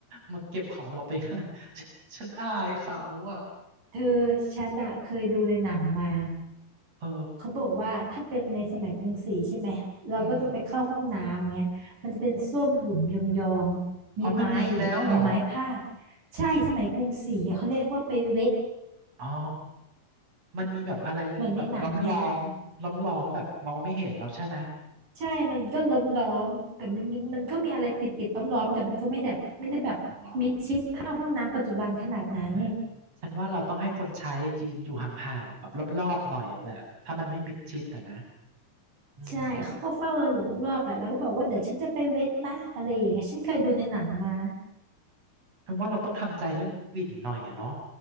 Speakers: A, on the right (about 50°); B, on the right (about 85°).
A: มาเก็บของเราไปให้ฉันฉันอายเขาอ่ะ
B: เธอฉันอะเคยดูในหนังมา
A: เออ
B: เขาบอกว่าถ้าเป็นในสมัยกรุงศรีใช่ไหมเราก็จะไปเข้าห้องน้ำเงี้ยมันจะเป็นส้วมหลุมยองๆมีไม้หรือมีไม้พาด
A: อืมอ๋อมันมีแล้วเหรอ
B: ใช่สมัยกรุงศรีอะเขาเรียกว่าไปเวท
A: อ๋อมันมีแบบอะไรแบบล้อมล้อมล้อมล้อมๆแบบมองไม่เห็นแล้วใช่ไหม
B: เหมือนในหนังไงใช่มันก็ล้อมล้อมแต่มันมีมันก็มีอะไรปิดปิดล้อมล้อมๆแต่มันก็ไม่แบบไม่ได้แบบมิดชิดเท่าห้องน้ำปัจจุบันขนาดนั้น
A: อ๋อเออฉันว่าเราต้องให้คนใช้ยืนอยู่ห่างๆแบบรอบๆหน่อยอ่ะแหละถ้ามันไม่มิดชิดอะนะอืม
B: ใช่เขาก็เฝ้าเราอยู่รอบๆแหละแล้วก็บอกว่าเดี๋ยวฉันจะไปเวทนะอะไรอย่างเงี้ยฉันเคยดูในหนังมา
A: ฉันว่าเราต้องทำใจเรื่องกลิ่นหน่อยอะเนาะ